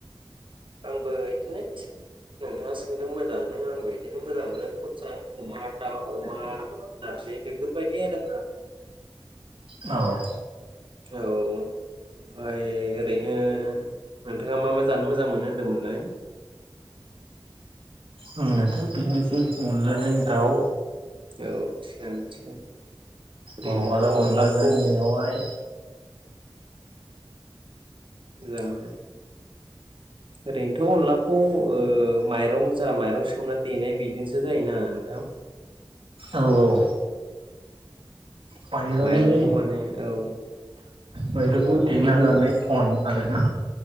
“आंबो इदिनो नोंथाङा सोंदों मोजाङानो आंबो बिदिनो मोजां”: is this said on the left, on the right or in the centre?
Right